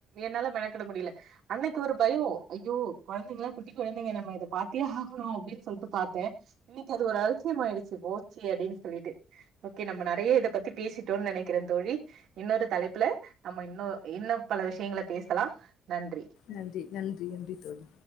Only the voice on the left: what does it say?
நன்றி நன்றி நன்றி தோழி